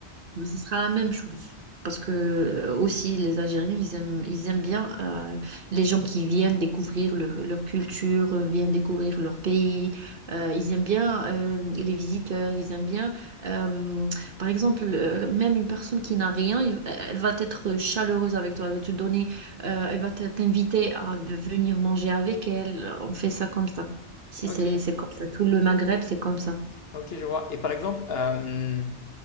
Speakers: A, on the right; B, on the left.
A: Mais ce sera la même chose. Parce que euh, aussi, les Algériens, ils aiment, ils aiment bien euh, les gens qui viennent découvrir leur leur culture, euh, viennent découvrir leur pays. Euh, ils aiment bien euh, les visiteurs, ils aiment bien, euh, par exemple, euh, même une personne qui n'a rien, il- elle va être chaleureuse avec toi, elle va te donner, euh, elle va te- t'inviter à venir manger avec elle. On fait ça comme ça. Si
B: Ok,
A: c'est c'est comme ça, tout le Maghreb, c'est comme ça.
B: ok, je vois. Et par exemple, euh,